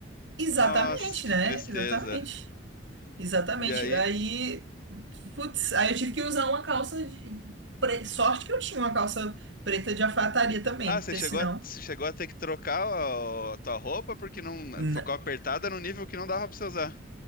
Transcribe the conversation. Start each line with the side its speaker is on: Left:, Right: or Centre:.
Right: exatamente,
Left: Nossa, que
Right: né?
Left: tristeza.
Right: Exatamente. Exatamente.
Left: E aí.
Right: Aí, putz, aí eu tive que usar uma calça de pre- sorte que eu tinha uma calça preta de alfaiataria também,
Left: Ah,
Right: porque
Left: você chegou
Right: senão
Left: a, você chegou a ter que trocar a, a tua roupa porque não
Right: n-
Left: ficou apertada no nível que não dava pra você usar.